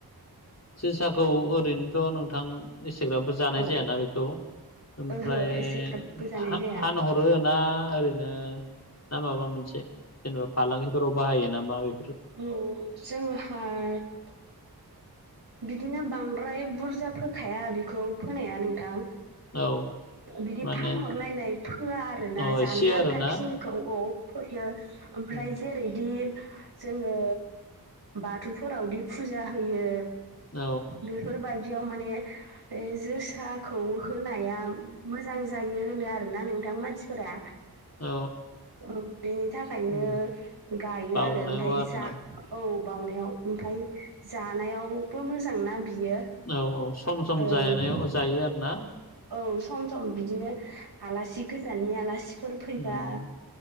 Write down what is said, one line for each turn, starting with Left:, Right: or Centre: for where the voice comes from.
Left: जोसाखौ ओरैनोथ' नोंथां इसेग्राबो जानाय
Right: औ
Left: जायाना बेखौ ओमफ्राय
Right: ओहो एसेग्राब गोजानाय
Left: फा
Right: जाया
Left: फानहर रोना ओरैनो ना माबा मोनसे जेनेबा फालांगिफोराव बाहायो नामा बे
Right: औ जोंहाथ' बिदिनो बांद्राय बुरजा फोखाया बेखौ फोनाया नोंथां
Left: औ
Right: बिदि
Left: माने
Right: फानहरलायनाय फोआ आरो ना
Left: अ
Right: जानो
Left: एसे
Right: आन्थााखिनिखौ
Left: आरोना
Right: औ फोयो ओमफ्राय
Left: औ
Right: जे ओरैदि जोङो बाथौफोरावदि फुजा होयो
Left: औ
Right: बेफोरबायदियाव माने जोसाखौ होनाया मोजां जायो होनो आरोना नोंथां मानसिफोरा
Left: औ
Right: औ बिनि थाखायनो
Left: उम
Right: गायो
Left: बावनायाव
Right: आरो ओमफ्राय
Left: आरोना
Right: जा औ बावनायाव ओमफ्राय जानायावबो मोजांना बियो
Left: औ औ सम सम
Right: ओं
Left: जानायाव जायो आरो ना
Right: औ सम सम बिदिनो आलासि गोजाननि आलासिफोर फैबा
Left: उम